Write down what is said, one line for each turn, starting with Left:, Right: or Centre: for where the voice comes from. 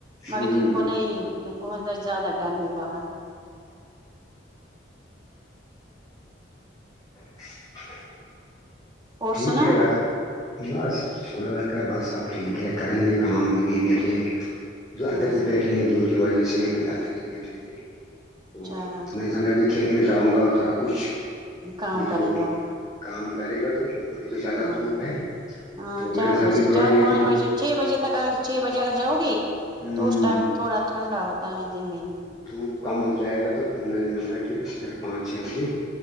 Right: مگر
Left: ہ
Right: جن کو ن جن کو زیادہ گرمی بہر <inaudible>
Left: <inaudible>
Right: اور
Left: ٹھیک
Right: سنا
Left: ہے گار بس اسقا ب سب ٹھیک ہے کریں کے کام بیٹھے جو اندر
Right: ہمم
Left: سے بیٹھے ہیں دور کی وجہ سے اندر ہی بیٹھ رہے تھے تو
Right: چار
Left: میں نے سمجھا کہ کھیت میں جاؤں گا تھوڑا کچھ
Right: کام
Left: یہ
Right: کریں
Left: جو
Right: گے وہ
Left: کام کرے گا تو ابھی تو زیادہ
Right: ہاں
Left: دھوپ ہے
Right: ہاں
Left: تو
Right: چار
Left: میں نے سمجھ
Right: بجے
Left: کہ تھوڑا
Right: چار
Left: یہ
Right: پانچ
Left: دھوپ
Right: بجے چھ بجے تک ا چھ بجے اگر جاؤ گی
Left: ہ
Right: تو اس ٹائم تھوڑا ٹھنڈا ہوتا ہے زمین
Left: تو کم ہو جائے گا تو پھر میں نے جمھا کہ پھر پانچ چھ بجے